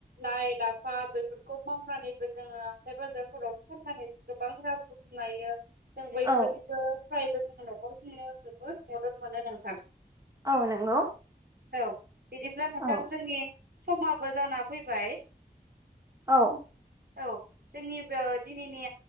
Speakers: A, on the right (about 70°); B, on the right (about 20°).
A: लाइ लाफा बेैफोरखौ मावनानैबो जोङो हाथाय बाजार फोराव फाननानै जों गोबां रां बुथुम लायो। जों बयफोरनिबो
B: औ
A: फ्रायबो जोङो न'खर खुंनो जोबोद मदद मोनो नोंथां
B: औ नंगौ।
A: औ बिदिब्ला नोंथां
B: औ
A: जोंनि समाबो जाना फैबाय।
B: औ।
A: औ जोंनि दिनैनि